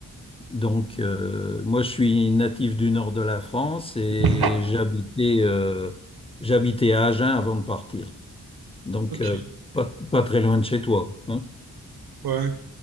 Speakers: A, on the left; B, on the right.
A: Donc, euh, moi, je suis natif du nord de la France et
B: Mhm.
A: j'habitais euh, j'habitais à Agen avant de partir. Donc,
B: OK.
A: euh, pas, pas très loin de chez toi. hein.
B: Ouais.